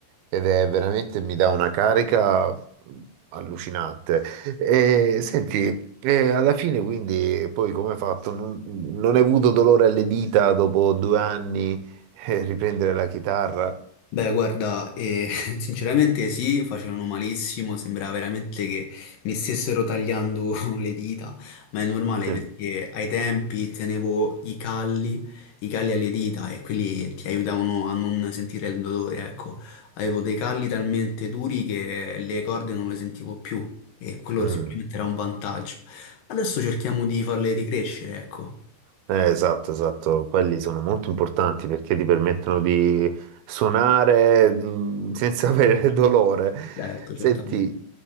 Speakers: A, on the right; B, on the left.
A: ed è veramente mi dà una carica allucinante. E senti, e alla fine quindi poi come hai fatto? Non, non hai avuto dolore alle dita dopo due anni eh, riprendere la chitarra?
B: Beh, guarda, eh, <laughs> sinceramente sì, facevano malissimo, sembrava veramente che mi stessero tagliando <laughs> le dita, ma è normale
A: Eh.
B: perché ai tempi tenevo i calli, i calli alle dita e quelli ti aiutavano a non sentire il dolore, ecco. Avevo dei calli talmente duri che le corde non le sentivo più e quello
A: Mm.
B: sicuramente era un vantaggio. Adesso cerchiamo di farle ricrescere, ecco.
A: Eh, esatto, esatto, quelli sono molto importanti perché ti permettono di suonare mh, senza <laughs> avere dolore.
B: Certo,
A: Senti,
B: certamente.